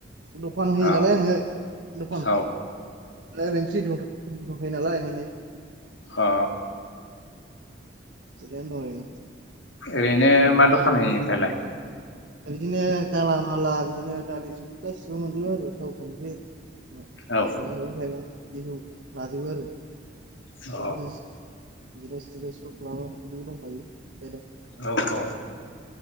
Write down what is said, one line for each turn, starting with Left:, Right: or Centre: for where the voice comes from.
Right: दखान होयो
Left: अ
Right: नालाय आङो दखान
Left: औ
Right: दा ओरैनो फ्रि दंथयो नालाय ओंखायनो
Left: अ
Right: <unintelligible>
Left: ओरैनो मा दखान होयो नोंथाङालाय
Right: बिदिनो गाला माला बिदिनो दालि, संख्रि गासिबो मोनजोबो आरो थाव, संख्रि माबा बिदिनो
Left: औ
Right: उफाइ गैया बेखौ लाजोबो आरो
Left: अ
Right: बिदिनो जिरस थिरसबो खालामो बिदिबो दंखायो बायदआव
Left: औ औ